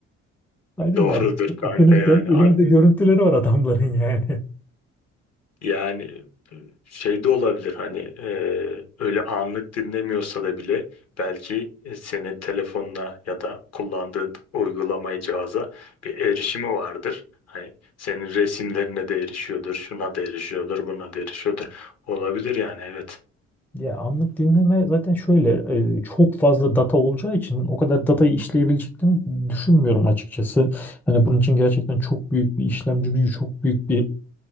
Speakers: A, in the centre; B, on the left.
A: Aynen
B: <laughs> Doğrudur
A: adam
B: kanka
A: ıkınırken
B: yani.
A: elimizde görüntüleri var adamların yani.
B: Yani e, şey de olabilir hani e, öyle anlık dinlemiyorsa da bile belki e, senin telefonuna ya da kullandığın uygulamaya cihaza bir erişimi vardır. Hani senin resimlerine de erişiyordur, şuna da erişiyordur, buna da erişiyordur. Olabilir yani evet.
A: Ya anlık dinleme zaten şöyle e, çok fazla data olacağı için o kadar datayı işleyebileceklerini düşünmüyorum açıkçası. Hani bunun için gerçekten çok büyük bir işlemci gücü, çok büyük bir